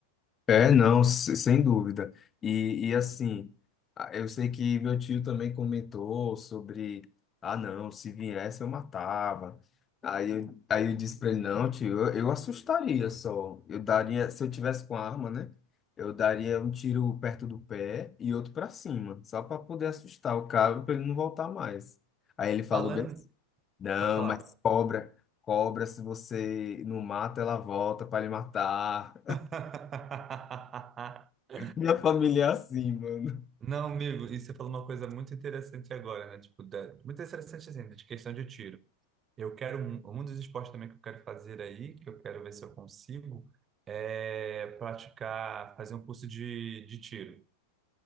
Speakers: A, on the left (about 20°); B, on the right (about 25°).
A: É, não, se- sem dúvida. E, e assim, a- eu sei que meu tio também comentou sobre, ah, não, se viesse eu matava. Aí eu, aí eu disse pra ele, não, tio, eu, eu assustaria só. Eu daria, se eu tivesse com a arma, né? Eu daria um tiro perto do pé e outro pra cima, só pra poder assustar o cara, pra ele não voltar mais. Aí ele falou
B: Falando,
A: bem assim, não,
B: pode falar.
A: mas cobra, cobra, se você não mata, ela volta pra lhe matar.
B: <laughs>
A: Minha família é assim, mano.
B: Não, amigo, e você falou uma coisa muito interessante agora, né? Tipo, da- muito interessante assim, de questão de tiro. Eu quero um, um dos esportes também que eu quero fazer aí, que eu quero ver se eu consigo, é praticar, fazer um curso de, de tiro.